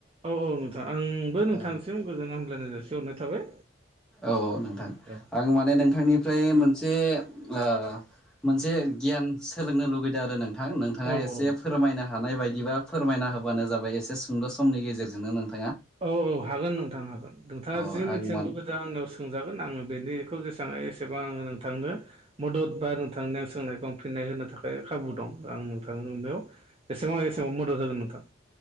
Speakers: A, on the right; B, in the centre.
A: औ औ नोंथां आंबो नोंथांसिम
B: औ
A: गोजोन हामलायनाय जासि हरनाय थाबाय।
B: औ औ नोंथां
A: औ नोंथां
B: आं माने नोंथांनिफ्राय मोनसे ओ मोनसे गियान सोलोंनो लुुबैदों आरो नोंथां नोंथाङा
A: औ
B: एसे
A: औ
B: फोरमायनो हानाय बायदि बिदिबा फोरमायना होबानो जाबाय एसे सुंद' समनि गेजेरजोंनो नोंथां।
A: औ औ हागोन नोंथां हागोन नोंथाङा
B: अ
A: जि
B: आं
A: मिथिनो
B: मान
A: लुबैदों आंनियाव सोंजागोन आङो बेनि जसेबां हायो एसेबां नोंथांनो मदद बा नोंथांनि आं सोंनायखौ आं फिननाय होनो थाखाय खाबु दं आं नोंथां बेयाव बेसेबां एसेबां मोदां जागोन नोंथां।